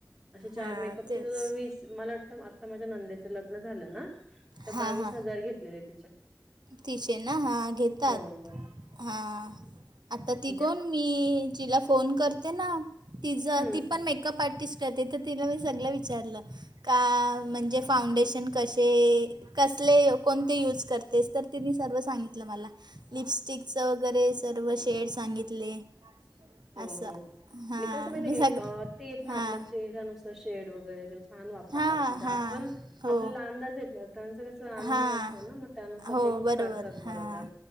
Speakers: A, in the centre; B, on the right.
A: अशी चार
B: हां
A: मेकअपचे
B: तेच
A: वीस मला वा टतं आता माझ्या नंदेचं लग्न झालं ना तर
B: हां
A: बावीस
B: हां
A: हजार घेतलेले तिचे.
B: तिचे ना हां घेतात
A: हो हो
B: हां आत्ता ती
A: म्हणजे
B: कोण ती ही जिला फोन करते ना तिजा
A: हम्म
B: ती पण मेकअप आर टीस करते तर तिला मी सगळं विचारलं का म्हणजे फाउंडेशन कशे कसले कोणते यूज करतेस तर तिने सर्व सांगितलं मला. लिपस्टिकच वगैरे सर्व शेड सांगितले.
A: हो
B: असं
A: हो
B: हां
A: नी कसं माहिती
B: मी
A: आहे
B: सग
A: का एक अ ते येत
B: हां
A: ना आपल्या चेहऱ्यानुस सार शेड वगैरे छान वापरतात
B: हां हां
A: आपण
B: हो
A: आपल्याला अंदाज येत नाय त्यांचं कसं चा अनुभव
B: हां
A: असतो ना मग त्यानुसार
B: हो
A: ते
B: बरोबर
A: करतात
B: हां
A: बरोबर.